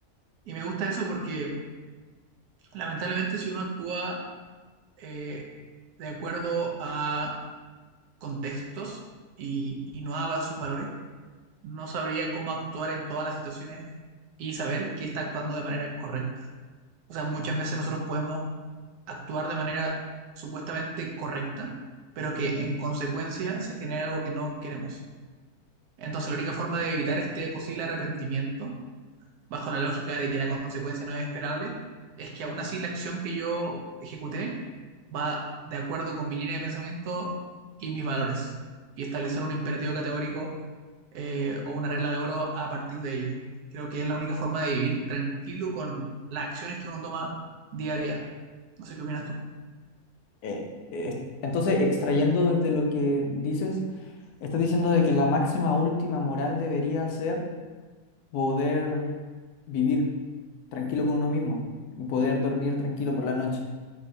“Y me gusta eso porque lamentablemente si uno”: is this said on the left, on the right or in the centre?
Right